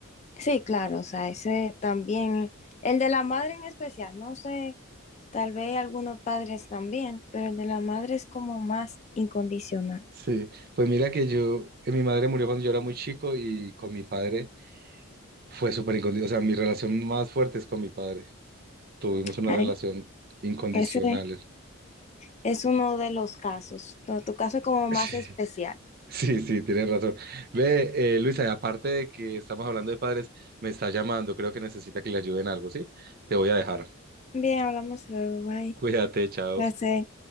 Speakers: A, on the left; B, on the right.
A: Sí, claro, o sea, ese también, el de la madre en especial, no sé, tal vez algunos padres también, pero el de la madre es como más incondicional.
B: Sí, pues mira que yo, eh, mi madre murió cuando yo era muy chico y con mi padre fue súper incondicional. O sea, mi relación más fuerte es con mi padre. Tuvimos una
A: Ay,
B: relación incondicional.
A: ese Es uno de los casos. Tu tu caso es como
B: <laughs>
A: más especial.
B: Sí, sí, sí, tienes razón. Ve, eh, Luisa, y aparte de que estamos hablando de padres, me está llamando, creo que necesita que le ayuden algo, ¿sí? Te voy a dejar. <laughs>
A: Bien, hablamos luego. Bye.
B: Cuídate, chao.
A: Gracias.